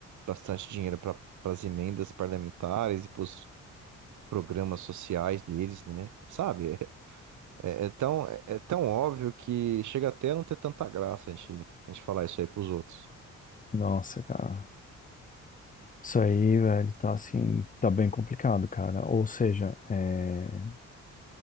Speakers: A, on the right; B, on the left.
A: bastante dinheiro para as emendas parlamentares e para os programas sociais deles, né? Sabe? É, é é tão, é, é tão óbvio que chega até a não ter tanta graça a gente, a gente falar isso aí para os outros.
B: Nossa, cara. Isso aí, velho, tá assim, tá bem complicado, cara. Ou seja, é,